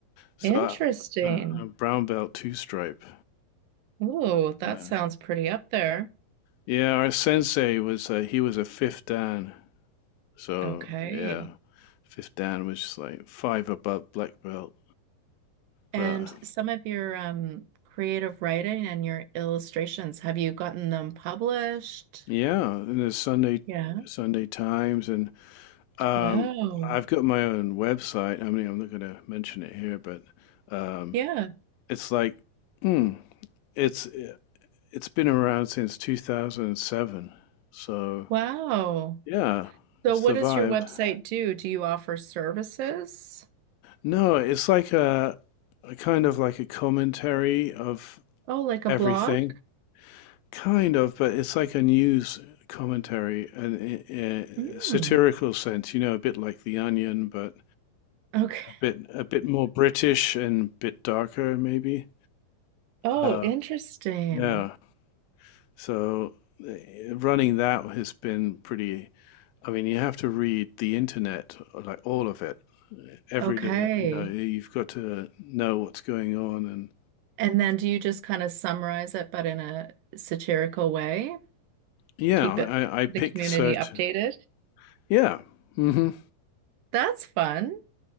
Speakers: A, on the left; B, on the right.
A: So
B: interesting.
A: I, uh, I'm brown belt two stripe.
B: Ooh, that
A: Yeah,
B: sounds pretty up there.
A: yeah. Our sensei was uh, he was a fifth dan, so
B: Okay.
A: yeah, fifth dan was just like five above black belt,
B: And
A: but.
B: some of your um, creative writing and your illustrations, have you gotten them published?
A: Yeah, and the Sunday
B: Yeah.
A: Sunday Times, and um,
B: Wow.
A: I've got my own website. I mean, I'm not going to mention it here, but um,
B: Yeah.
A: it's like, hmm, it's eh, it's been around since 2007. So
B: Wow.
A: yeah,
B: So
A: it's
B: what
A: survived.
B: does your website do? Do you offer services?
A: No, it's like a, a kind of like a commentary of
B: Oh, like a
A: everything,
B: blog?
A: kind of, but it's like a news commentary, an a
B: Hmm.
A: satirical sense, you know, a bit like The Onion, but
B: Okay.
A: a bit a bit more British and a bit darker maybe.
B: Oh,
A: Uh,
B: interesting.
A: yeah. So eh, running that has been pretty. I mean, you have to read the internet, like all of it, every
B: Okay.
A: little. You know, you've got to know what's going on, and
B: And then do you just kind of summarize it, but in a satirical way?
A: yeah,
B: Keep
A: I
B: it
A: I pick
B: the community
A: certain.
B: updated?
A: Yeah. hmm
B: That's fun.